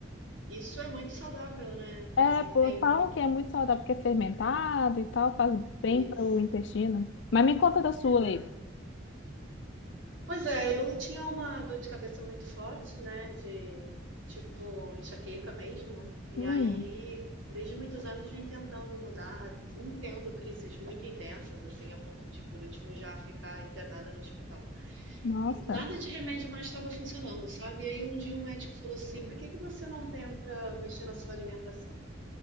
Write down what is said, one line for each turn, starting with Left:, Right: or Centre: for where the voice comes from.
Right: Isso é muito saudável, né?
Left: É,
Right: Assim,
Left: pô,
Right: tem
Left: falam
Right: um.
Left: que é muito saudável
Right: especificidade.
Left: porque é fermentado e tal, faz bem pro
Right: Isso,
Left: intestino. Mas me conta da sua
Right: exato.
Left: aí.
Right: Pois é, eu tinha uma dor de cabeça muito forte, né? De tipo enxaqueca mesmo. E
Left: Hum,
Right: aí, desde muitos anos, vim tentando mudar, assim, tendo crises muito intensas, assim, a ponto de, por último, já ficar internada no hospital.
Left: nossa.
Right: E nada de remédio mais estava funcionando, sabe? E aí, um dia, um médico falou assim: por que que você não tenta mexer na sua alimentação?